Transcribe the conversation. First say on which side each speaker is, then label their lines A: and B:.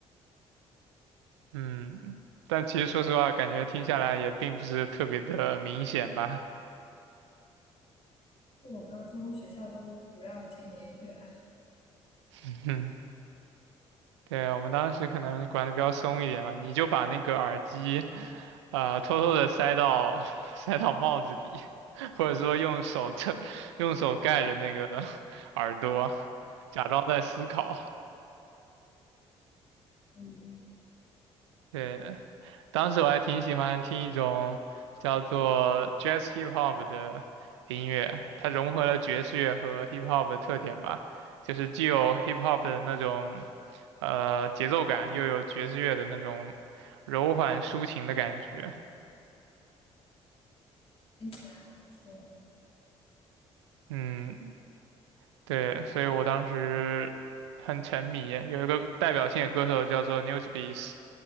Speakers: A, on the right; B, on the left.
A: 嗯，但其实说实话，感觉听下来也并不是特别的明显吧。
B: 就我高中学校都不让听音乐，
A: <laughs> 嗯，对，我们当时可能管的比较松一点吧，你就把那个耳机，呃，偷偷的塞到 <laughs> 塞到帽子里，<laughs> 或者说用手撑，用手盖着那个 <laughs> 耳朵，假装在思考。
B: 所以
A: 对，当时我还挺喜欢听一种叫做 Jazz Hip Hop 的音乐，它融合了爵士乐和 Hip Hop 的特点吧，就是既有 Hip Hop 的那种呃节奏感，又有爵士乐的那种柔缓抒情的感觉。
B: 听起来很不错，
A: 嗯，对，所以我当时很沉迷。有一个代表性的歌手叫做 Newsbeats，